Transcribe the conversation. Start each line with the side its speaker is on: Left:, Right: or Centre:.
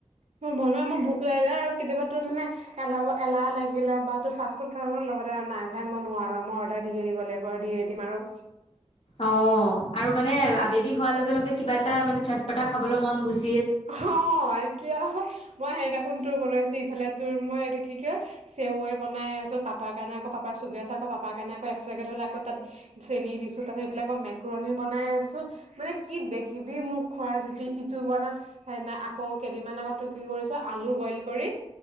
Right: মই বনোৱা মোৰ ভোক কেতিয়াবা তোৰ মানে এল-এলাহ লাগিলে বা তেওঁৰ ফাষ্টফুড খাব <unintelligible> লগতে আৰু নাই ভাই মই নোৱাৰো। মই অৰ্ডাৰ দিয়ে দিব লাগিব দিয়ে দিম আৰু।
Left: অ' আৰু মানে আবেলি হোৱাৰ লগে লগে কিবা এটা মানে চাটপতা খাবলৈ মন গুচ
Right: অ' কিয় মই সেইদিনা তোৰ বনাইছো ইফালে তোৰ মই এইটো কি কয় চেৱৈ বনাই আছো, পাপাৰ কাৰণে আকৌ পাপাৰ চুগাৰ আছে আকৌ পাপাৰ কাৰণে আকৌ এক্সট্ৰাকে থৈ পেলাই আকৌ তাত চেনি দিছো তাৰপিত ইফালে আকৌ মেকৰনি বনাই আছো। মানে কি দেখিবি মোক খোৱাৰ জুতি, ইটো বনাম সেইদিনা আকৌ কেইদিনমান আগত তোৰ কি কৰিছো আলু বইল কৰি।